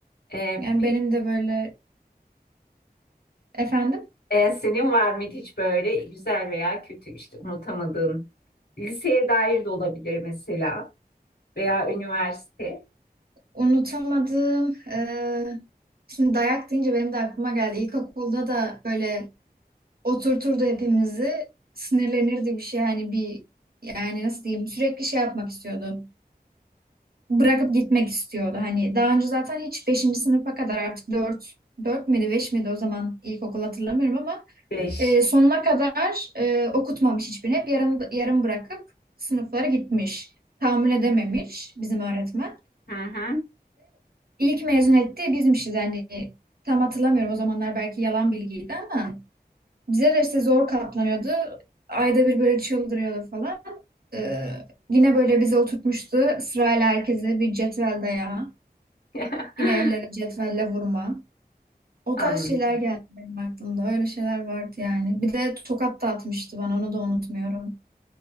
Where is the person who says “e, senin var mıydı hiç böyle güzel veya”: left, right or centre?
Left